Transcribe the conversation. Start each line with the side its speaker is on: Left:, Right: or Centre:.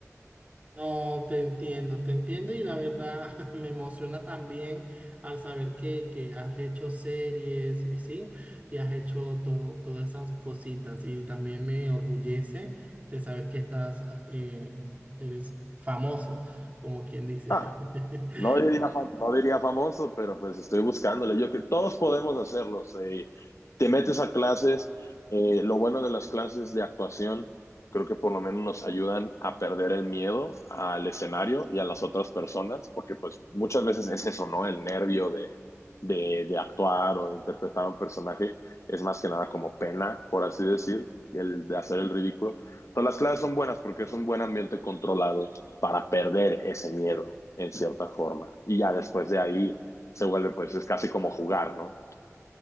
Right: No, te entiendo, te entiendo y la verdad <laughs> me emociona también al saber que, que has hecho series y sí, y has hecho to- todas esas cositas y también me orgullece de saber que estás, ah, eh, eres famoso, como quien dice.
Left: Ah, No diría,
Right: <laughs>
Left: fa- no diría famoso, pero pues estoy buscándole. Yo que todos podemos hacerlos. eh, te metes a clases. eh, lo bueno de las clases de actuación, creo que por lo menos nos ayudan a perder el miedo al escenario y a las otras personas, porque pues muchas veces es eso, ¿no? El nervio de, de, de actuar o de interpretar a un personaje es más que nada como pena, por así decir, el de hacer el ridículo. Entonces las clases son buenas porque es un buen ambiente controlado para perder ese miedo en cierta forma. Y ya después de ahí se vuelve, pues es casi como jugar, ¿no?